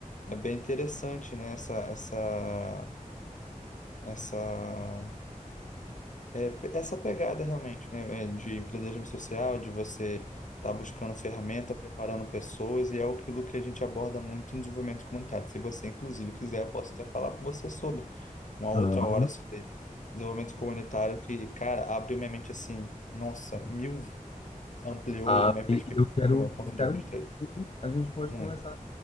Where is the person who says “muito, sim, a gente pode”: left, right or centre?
Left